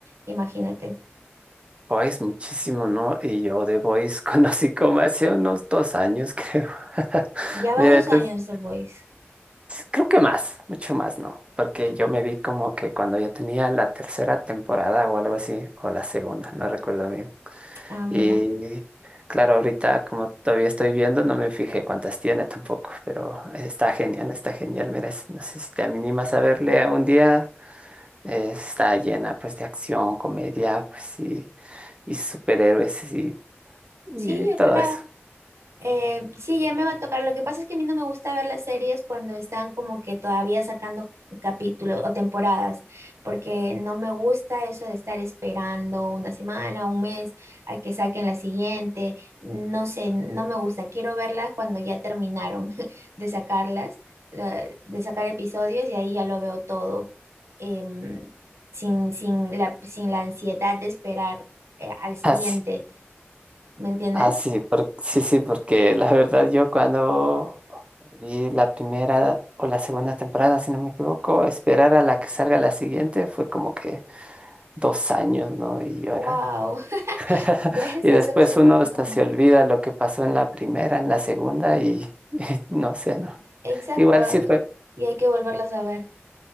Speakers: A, on the right; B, on the right.
A: imagínate.
B: Boys muchísimo, ¿no? Y yo de Boys <laughs> conocí como hace unos dos años, creo. <laughs>
A: Ya
B: Mira,
A: va dos
B: entonces,
A: años The Voice.
B: creo que más, mucho más, ¿no? Porque yo me vi como que cuando ya tenía la tercera temporada o algo así, o la segunda, no recuerdo bien.
A: Ah, mira.
B: Y claro, ahorita como todavía estoy viendo, no me fijé cuántas tiene tampoco, pero está genial, está genial. Mira, es- no sé si te animas a verle un día. eh, Está llena pues de acción, comedia, pues sí y superhéroes y
A: Sí,
B: todo
A: yo creo.
B: eso.
A: Eh, sí, ya me va a tocar. Lo que pasa es que a mí no me gusta ver las series cuando están como que todavía sacando capítulos o temporadas, porque no me gusta eso de estar esperando una semana, un mes a que saquen la siguiente. No sé, no me gusta. Quiero verlas cuando ya terminaron <laughs> de sacarlas, la- de sacar episodios y ahí ya lo veo todo, em, sin, sin la, sin la ansiedad de esperar, eh, al siguiente.
B: Así,
A: ¿Me entiendes?
B: así, por- sí, sí, porque la verdad yo cuando vi la primera o la segunda temporada, si no me equivoco, esperar a la que salga la siguiente fue como que dos años, ¿no? Y
A: Wow.
B: ahora. <laughs>
A: ¿Ves?
B: Y
A: Eso
B: después
A: es un
B: uno
A: montón.
B: hasta se olvida lo que pasó en la primera, en la segunda y, <laughs> no sé, ¿no?
A: Exacto.
B: Igual sí fue.
A: Y hay que volverlas a ver.